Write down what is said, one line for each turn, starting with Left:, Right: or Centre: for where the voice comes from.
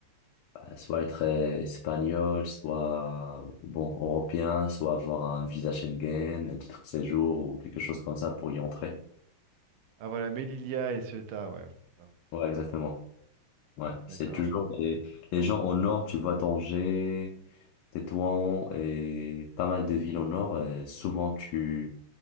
Left: Bah, soit être euh, espagnol, soit bon européen, soit avoir un visa Schengen, un titre de séjour ou quelque chose comme ça pour y entrer.
Right: Ah voilà, Melilia et Ceuta, ouais, c'est ça.
Left: Ouais, exactement. Ouais,
Right: D'accord.
Left: c'est toujours les, les gens au nord, tu vois Tanger, Tétouan et pas mal de villes au nord, euh, souvent tu